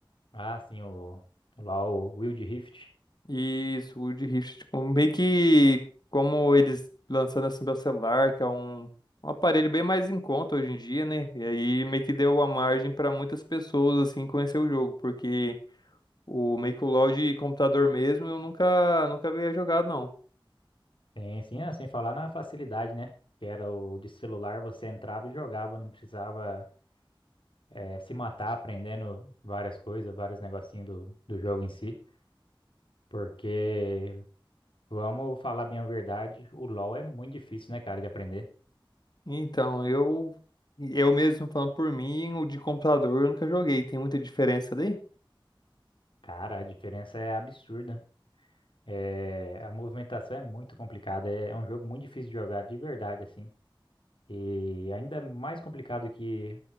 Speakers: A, on the left; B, on the left.
A: ah, sim, o lá o Wild Rift.
B: Isso, Wood Rift, tipo, meio que como eles lançando assim para celular, que é um, um aparelho bem mais em conta hoje em dia, né? E aí meio que deu a margem para muitas pessoas assim conhecer o jogo, porque o meio que o LoL de computador mesmo eu nunca nunca havia jogado não.
A: sim sim, ah, sem falar na facilidade, né? Que era o de celular, você entrava e jogava, não precisava eh, se matar aprendendo várias coisas, vários negocinhos do, do jogo em si. Porque, vamos falar bem a verdade, o LoL é muito difícil, né, cara, de aprender.
B: Então, eu eu mesmo falando por mim, o de computador eu nunca joguei, tem muita diferença daí?
A: Cara, a diferença é absurda. É, a movimentação é muito complicada. É, é um jogo muito difícil de jogar, de verdade, assim. E ainda mais complicado que,